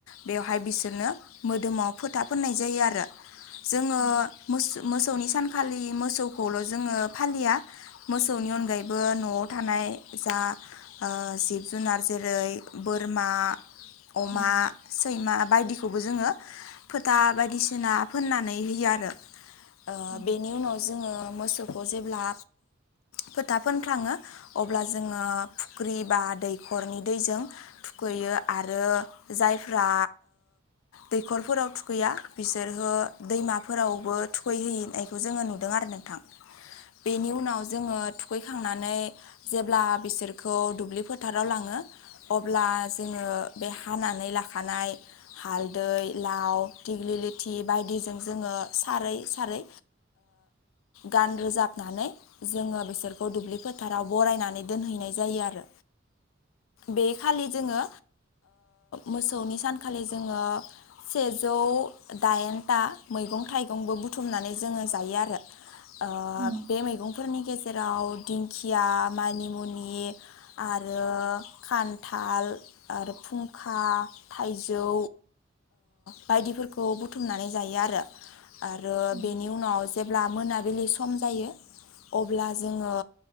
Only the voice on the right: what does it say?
उम
उम
उम
उम
उम
उम